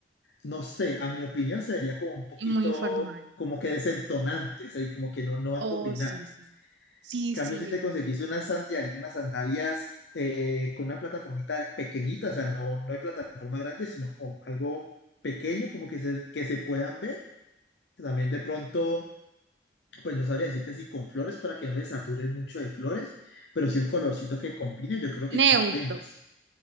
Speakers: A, on the left; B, on the right.
A: no sé, a mi opinión sería como un poquito
B: y muy informal.
A: como que desentonante, o sea, y como que no, no va
B: Oh,
A: a combinar.
B: sí, sí. Sí,
A: En cambio,
B: sí,
A: si te conseguís
B: sí.
A: unas sandalias, unas sandalias eh, con una plataformita pequeñita, o sea, no, no hay plataforma grande, sino como algo pequeño, como que se, que se puedan ver. También de pronto, pues no sabría decirte si con flores para que no se sature mucho de flores, pero sí un colorcito que combine, yo creo que
B: Neutro.
A: queda apenas.